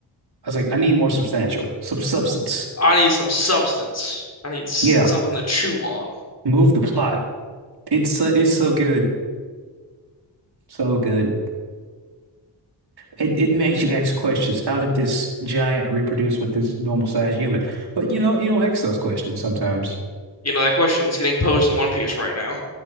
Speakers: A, on the right (about 55°); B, on the left (about 35°).
A: I was like, I need more substantial, sub substance.
B: I need some substance. I need s-
A: Yeah,
B: something to chew on.
A: move the plot. It's uh, it's so good, so good. It it makes you ask questions. How did this giant reproduce with this normal sized human? But you know, you don't ask those questions sometimes.
B: You know, that question's getting posed in One Piece right now.